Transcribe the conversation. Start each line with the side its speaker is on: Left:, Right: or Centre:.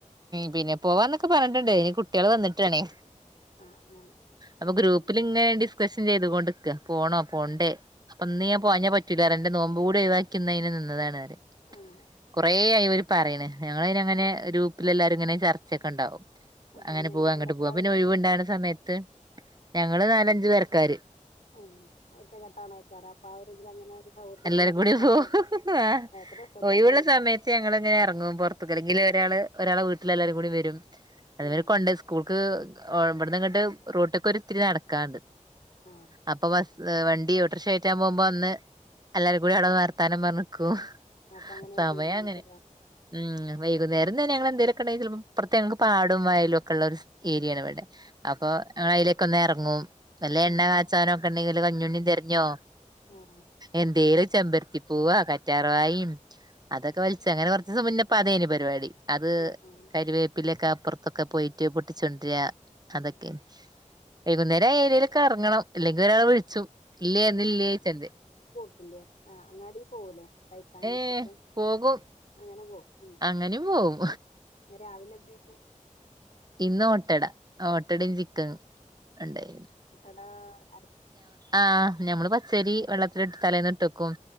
Right: പിന്നെ! പോവാന്നൊക്കെ പറഞ്ഞിട്ടുണ്ട് ഇനി കുട്ടികൾ വന്നിട്ടാാണ്േ
Left: ആഹ് അങ്ങനെ
Right: അ
Left: ആഹ്
Right: ഗ്രൂപ്പിൽ
Left: അങ്ങനെ
Right: ഇങ്ങനെ ഡിസ്കസ് ചെയ്തൊണ്ട് പോണോ പോണ്ടേ അപ്പൊ ഇന്ന് ഞാൻ പോഞ്ഞാ പറ്റൂില്ലറെ എന്റെ നോമ്പ് കൂടെ ഒഴിവാക്കുന്നതിെ നിന്നതാണ്രെ
Left: ആഹ്
Right: കുറെ ആായിവര് പറയണ് ഞങ്ങ ഇങ്ങനെ ഗ്രൂപ്പില എല്ലാരും ഇങ്ങനെ ചർച്ചൊക്കെ ഉണ്ടാവും
Left: അപ്പൊ
Right: അങ്ങനെ
Left: പിന്നെ എല്ലാരും
Right: പോവാ അങ്ങോട്ട്
Left: ഇവിടെ എത്ര
Right: പോവാ പിന്നെ ഒഴിവുണ്ടാണ് സമയത്ത് ഞങ്ങള് നാലഞ്ചു പേരക്കാര്
Left: ആ ഒറ്റകെട്ടാണ് വക്കാറ് അപ്പൊ അവരെതില അങ്ങനെ സൗഹൃദത്തിൽ
Right: എല്ലാരും
Left: അങ്ങനെ
Right: കൂടി
Left: പോണാണേക്കാരം
Right: പോ ആ
Left: അതൊക്കെ രസം
Right: ഒയിവുള്ള
Left: തന്നെയാണ്
Right: സമയത്ത് ഞങ്ങ എങ്ങനെ ഇറങ്ങ പുറത്തക്കല്ലെങ്ക
Left: ഉം
Right: ഒരാ ഒരാളെ വീട്ടില എല്ലാരരും കൂടി വരും അതുരെ
Left: ആഹ്
Right: കൊണ്ട് സ്കൂൾക്ക് ഇവിടന്ന് ഇങ്ങട്ട് റോട്ടൊക്കെ ഒത്തിരി നടക്കാണ്ട്
Left: ആഹ്
Right: അപ്പൊ വണ്ടി ഓട്ടോറിക്ഷ പോകുമ്പോ അന്ന് എല്ലാവരും കൂടി അവിടെ വർത്താനം പറഞ്ഞിക്കൂ
Left: അപ്പൊ അങ്ങനെയാണ്
Right: സമയം
Left: തീരുമാനിക്കൂലേ
Right: അങ്ങനെ ഉം വൈകുന്ന നേരം തന്നെ ഞങ്ങ എന്തേലൊക്കെണ്ടങ്കില പ്രത്യേക പാട വയലും ഒക്കെള്ള ഒരു ഏരിയണിവിടെ അപ്പൊ ഞങ്ങ അതിലേക്ക ഒന്ന് ഇറങ്ങും നല്ല എണ്ണ
Left: ആഹ്
Right: കാച്ചാനോ ഒക്കെ ഉണ്ടെങ്കില് കഞ്ഞുണ്ണിയും തെരഞ്ഞോ
Left: ആഹ്
Right: എന്തേലും ചെമ്പരത്തി പോവാ കറ്റാർ വാഴ അതൊക്കെ വലിച്ചു അങ്ങനെ കുറച്ച് ദിവസം മുന്നപ്പ അതേനി പരിപാടി അത്
Left: ആഹ് ആഹ്
Right: കരിവേപ്പിലൊക്കെ പുറത്തൊക്കെ പോയിട്ട് പൊട്ടിച്ചുണ്ടര അതൊക്കെ വൈകുന്നേരം ആ ഏരിയയിലക്ക് ഇറങ്ങണം അല്ലെങ്കിൽ ഒരാളെ വിളിച്ചു ഇല്ല ഇല്ല ചന്തെ
Left: ആ അങ്ങാടി പോകൂലേ കൈക്കാന
Right: ഏ
Left: വച്ചിട്ട്
Right: പോകും
Left: അങ്ങനെ പോകും ഉ
Right: അങ്ങനെയും പോകും
Left: എന്ന രാവിലെ എന്തായിരുന്നു
Right: ഇന്ന് ഓട്ടട ഓട്ടടയും
Left: ഉം
Right: ചിക്കൻ ഉണ്ടായിരുന്നു
Left: ആ
Right: ആ് ഞമ്മള് പച്ചരി വെള്ളത്തിൽ ഇ് തലേന്ന് ഇട്ട വക്കും